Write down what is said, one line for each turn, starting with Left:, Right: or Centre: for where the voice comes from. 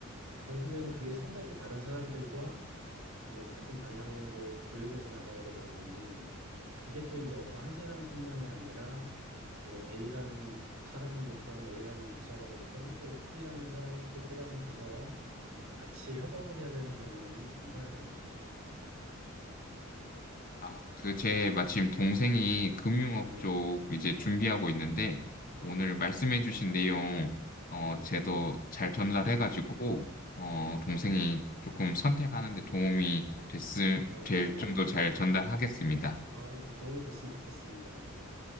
Right: 결국에는 그게 생각이 다른 사람들과 뭐 같은 방향으로 조율을 해서 나가야 되다 보니, 그게 또 이제 어떤 한 사람뿐만이 아니라, 뭐 A라는 사람이 됐든 A라는 부서가 됐든 또 B라는 사람, 또 B라는 부서와 같이 협업을 해야 되는 경우에는 정말 어렵죠.
Left: 아, 그, 제 마침 동생이 금융업
Right: 네.
Left: 쪽 이제 준비하고 있는데,
Right: 아,
Left: 오늘
Right: 예.
Left: 말씀해주신 내용, 어,
Right: 네.
Left: 제도 잘 전달해가지고, 어,
Right: 네.
Left: 동생이 조금 선택하는데 도움이 됐을,
Right: 어,
Left: 될
Right: 예.
Left: 정도 잘 전달하겠습니다.
Right: 아, 도움이 됐으면 좋겠습니다. 예.